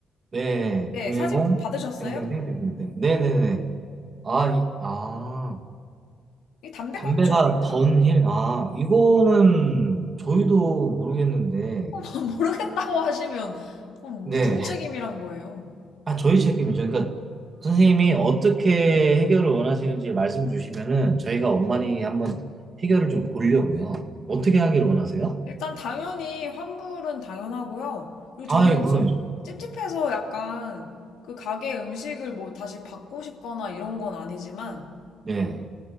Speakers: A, on the right; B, on the left.
A: 네,
B: 네.
A: 010,
B: 사진 받으셨어요?
A: 땡땡땡땡땡. 네네네. 아, 이- 아.
B: 이게 담배꽁초
A: 담배가
B: 아닌가요?
A: 던힐, 아, 이거는 저희도 모르겠는데,
B: <laughs> 모르겠다고 하시면 그럼
A: 네.
B: 누구 책임이란 거예요?
A: 아, 저희 책임이죠. 그러니까 선생님이 어떻게 해결을 원하시는지 말씀 주시면은 저희가 엄만히 한번 해결을 좀 보려고요. 어떻게 하기를 원하세요?
B: 일단 당연히 환불은 당연하고요. 그리고 저는
A: 아, 예, 물론이죠.
B: 수- 찝찝해서 약간 그 가게 음식을 뭐 다시 받고 싶거나 이런 건 아니지만
A: 네.